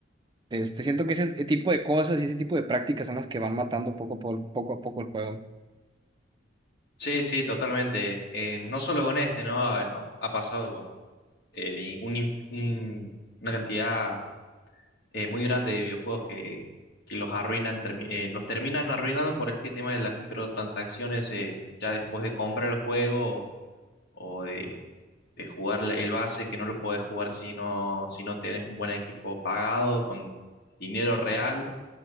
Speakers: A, on the right; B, on the left.
A: Este, siento que ese tipo de cosas y ese tipo de prácticas son las que van matando poco a poco, poco a poco el juego.
B: Sí, sí, totalmente. Eh, no solo con este, ¿no? Ha, ha- ha pasado con eh, un inf- un- una cantidad eh, muy grande de videojuegos que, que los arruinan, termi- eh, los terminan arruinando por este tema de las microtransacciones eh, ya después de comprar el juego o de de jugar la- el base, que no lo podés jugar si no, si no tenés un buen equipo pagado, con dinero real,